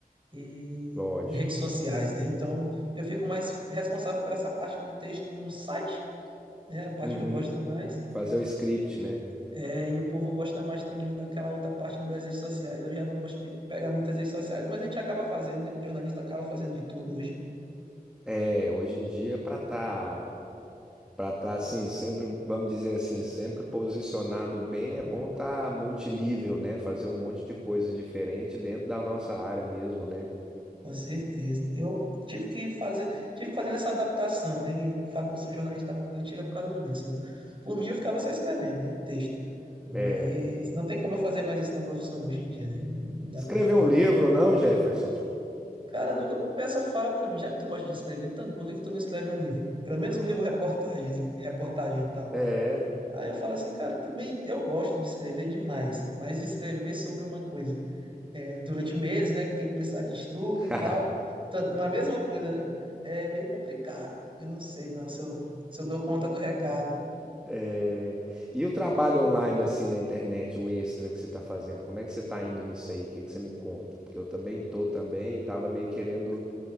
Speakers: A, on the right (about 30°); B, in the centre.
A: e
B: lógico.
A: redes sociais, né? Então eu fico mais responsável por essa parte do texto no site, né? A parte
B: Uhum.
A: que eu gosto mais.
B: Fazer o script, né?
A: É, e o povo gosta mais também daquela outra parte das redes sociais. Eu já não gosto de pegar muitas redes sociais, mas a gente acaba fazendo, né? jornalista acaba fazendo de tudo hoje.
B: É, hoje em dia, para tá, para tá assim, sempre, vamos dizer assim, sempre posicionado bem, é bom tá multinível, né? Fazer um monte de coisa diferente dentro da nossa área mesmo, né?
A: Com certeza. Eu tive que fazer, tive que fazer essa adaptação, né? E Eu falo que eu sou um jornalista da moda antiga por causa disso. Eu- por mim, eu ficava só escrevendo, né? Texto. Mas
B: É.
A: não tem como eu fazer mais isso na profissão hoje em dia, né? Não dá
B: Escrever
A: pra ficar.
B: um livro, não, Jefferson?
A: Cara, nunca. O pessoal fala pra mim, já que tu gosta de escrever tanto, por que que tu não escreve um livro? Pelo menos um livro reportagens, reportagem e tal.
B: É.
A: Aí eu falo assim, cara, tudo bem, eu gosto de escrever demais, mas escrever sobre uma coisa é, durante meses, né? Que tem que precisar de estudo
B: <laughs>
A: e tal. Então, uma mesma coisa, né? É meio complicado. Eu não sei, não, se eu, se eu dou conta do recado.
B: É, E o trabalho online, assim, na internet, o extra que você está fazendo, como é que você está indo nisso aí? O que que você me conta? Porque eu também tô também e estava meio querendo